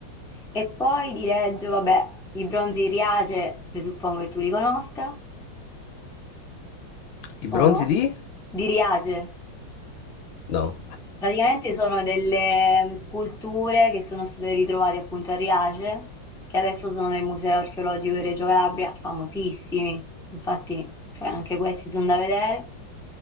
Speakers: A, in the centre; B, on the left.
A: E poi di Reggio, vabbè, i bronzi di Riace, presuppongo che tu li conosca,
B: I bronzi
A: o no?
B: di?
A: Di Riace.
B: No,
A: Praticamente sono delle mm, sculture che sono state ritrovate appunto a Riace, che adesso sono nel Museo Archeologico di Reggio Calabria, famosissimi. Infatti, cioè, anche questi sono da vedere.